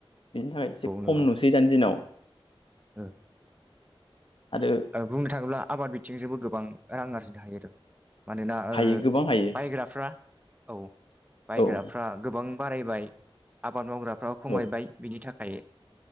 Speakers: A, on the left (about 65°); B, on the right (about 15°).
A: बिनि थाखाय एसे खम
B: नंगौ
A: नुसै दानि दिनाव
B: औ
A: आरो
B: ओ बुंनो थाङोब्ला आबाद बिथिंजोंबो गोबां रां आरजिनो हायो आरो मानोना ओ
A: हायो गोबां हायो
B: बायग्राफ्रा औ बायग्राफ्रा
A: औ
B: गोबां बारायबाय आबाद मावग्रा फ्राबो
A: औ
B: खमायबाय बिनि थाखाय खाय